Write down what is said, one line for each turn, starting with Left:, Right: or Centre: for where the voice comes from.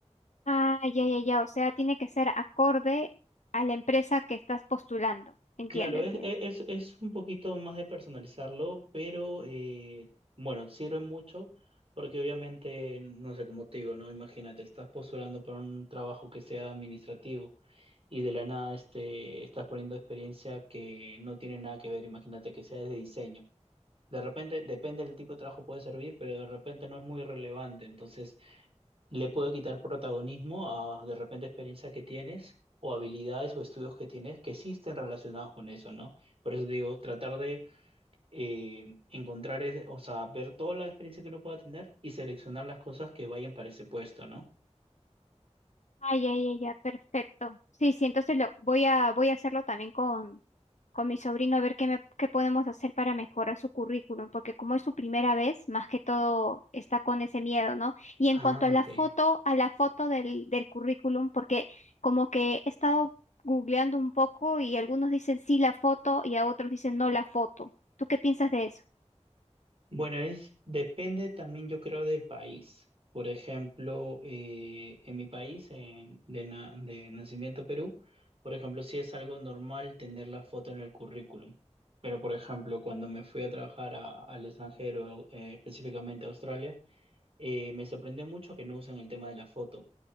Left: Ah, ya, ya, ya. O sea, tiene que ser acorde a la empresa que estás postulando. Entiendo,
Right: Claro,
Left: entiendo.
Right: es, e, es, es un poquito más de personalizarlo, pero eh, bueno, sirve mucho porque obviamente, no sé, cómo te digo, ¿no? Imagínate, estás postulando para un trabajo que sea administrativo y de la nada este, estás poniendo experiencia que no tiene nada que ver, imagínate que sea de diseño. De repente, depende del tipo de trabajo puede servir, pero de repente no es muy relevante, entonces le puede quitar protagonismo a de repente experiencias que tienes o habilidades o estudios que tienes que sí estén relacionados con eso, ¿no? Por eso te digo, tratar de eh, encontrar, ese- o sea, ver toda la experiencia que uno pueda tener y seleccionar las cosas que vayan para ese puesto, ¿no?
Left: Ay, ay, ay, ya, perfecto. Sí, sí, entonces lo voy a voy a hacerlo también con, con mi sobrino a ver qué me, qué podemos hacer para mejorar su currículum, porque como es su primera vez, más que todo está con ese miedo, ¿no? Y
Right: Ah,
Left: en cuanto a la
Right: ok.
Left: foto, a la foto del, del currículum, porque como que he estado googleando un poco y algunos dicen sí la foto y a otros dicen no la foto. ¿Tú qué piensas de eso?
Right: Bueno, es, depende también yo creo del país. Por ejemplo, eh, en mi país, eh, de, na- de nacimiento Perú, por ejemplo, sí es algo normal tener la foto en el currículum. Pero, por ejemplo, cuando me fui a trabajar a- al extranjero, eh, específicamente a Australia, eh, me sorprendió mucho que no usen el tema de la foto.